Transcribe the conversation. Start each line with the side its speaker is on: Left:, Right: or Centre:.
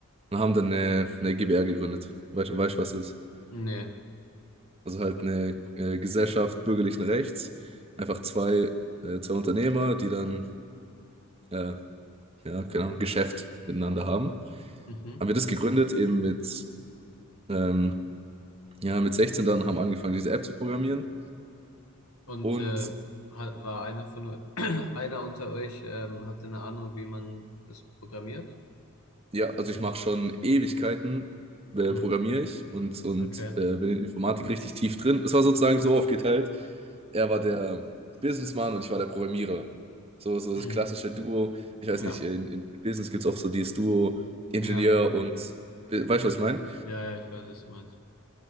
Right: und haben dann eine, eine GbR gegründet. Weißt du, weißt, was es ist?
Left: Nee.
Right: Also halt eine äh, Gesellschaft bürgerlichen Rechts. Einfach zwei, äh, zwei Unternehmer, die dann, äh, ja, keine Ahnung, Geschäft miteinander haben.
Left: Mhm.
Right: Haben wir das gegründet, eben mit, ähm, ja, mit 16 dann haben wir angefangen, diese App zu programmieren.
Left: Und
Right: Und
Left: äh, ha- war einer von eu- <clears throat> einer unter euch, ähm, habt ihr eine Ahnung, wie man das programmiert?
Right: Ja, also ich mache schon Ewigkeiten, äh,
Left: Mhm.
Right: programmiere ich und, und
Left: Okay.
Right: äh, bin in Informatik richtig tief drin. Es war sozusagen so aufgeteilt. Er war der Businessman und ich war der Programmierer. So, so
Left: Mhm.
Right: das klassische Duo. Ich weiß
Left: Ja.
Right: nicht, in, in Business gibt es oft so dieses Duo Ingenieur
Left: Ja.
Right: und, äh, weißt du, was ich meine?
Left: Ja, ja, ich weiß, was du meinst.